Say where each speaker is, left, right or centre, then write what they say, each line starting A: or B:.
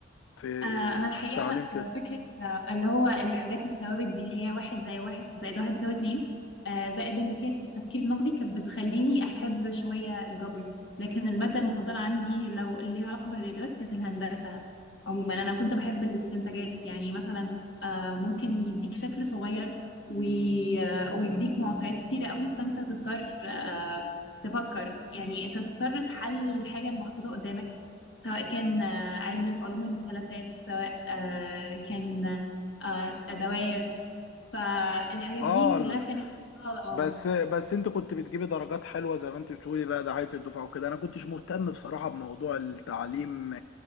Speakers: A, on the left; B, on the left.
A: في
B: آه، انا الحقيقه
A: في التعليم كده
B: آه، فكره آه، اللي هو الحاجات الثوابت دي اللي هي واحد زي واحد زائد واحد بيساوي اتنين آه، زائد ان فيها التفكير النقدي كانت بتخليني احب شويه الجبر لكن الماده المفضله عندي لو اللي ليها علاقه بالرياضيات كانت الهندسه عموما انا كنت بحب الاستنتاجات يعني مثلا آه، ممكن يديك شكل صغير وي- آه، ويديك معطيات كتيره قوي فانت تضطر آه، تفكر يعني انت تضطر تحل الحاجه المحطوطه قدامك سواء كان آه، علم من علوم المثلثات سواء آه، كان آه، دوائر فالحاجات
A: اه
B: دي
A: ال-
B: كلها كانت اه آه.
A: بس بس انت كنت بتجيبي درجات حلوه زي ما انت بتقولي بقى دعايه الدفعه وكده انا كنتش مهتم بصراحه بموضوع التعليم